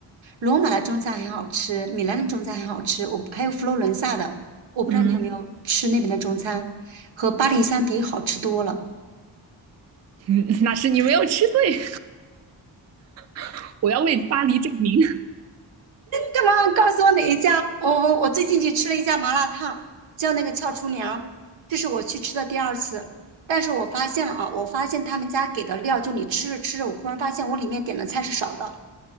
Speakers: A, on the right; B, on the right.
A: 罗马的中餐很好吃，米兰的中餐很好吃，我还有佛罗伦萨的，我不知道你有没有吃那边的中餐，
B: 嗯，
A: 和巴黎相比好吃多了。
B: <laughs> 那是你没有吃对，<laughs> 我要为巴黎证明，
A: 干嘛告诉我哪一家？我我我最近去吃了一家麻辣烫，叫那个俏厨娘，这是我去吃的第二次。但是我发现了啊，我发现他们家给的料，就你吃着吃着，我忽然发现我里面点的菜是少的，